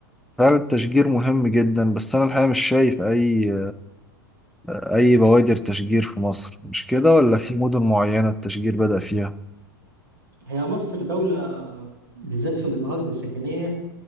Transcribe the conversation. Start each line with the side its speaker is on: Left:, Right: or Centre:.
Centre: فعلا التشجير مهم جدا بس أنا الحقيقة مش شايف أي أي بوادر تشجير في مصر مش كده ولا في مدن معينة التشجير بدأ فيها
Right: هي مصر دولة بالذات في المناطق السكنية